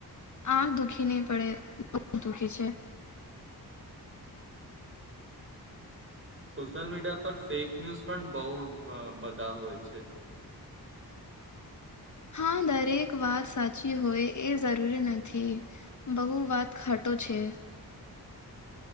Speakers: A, on the left; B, on the right.
A: આંખ દુઃખી નહીં પડે, બહુ દુખી છે.
B: સોશિયલ મીડિયા પર ફેક ન્યૂઝ પણ બહુ અ બધા હોય છે.
A: હા, દરેક વાત સાચી હોય એ જરૂરી નથી. બહુ વાત ખાટો છે.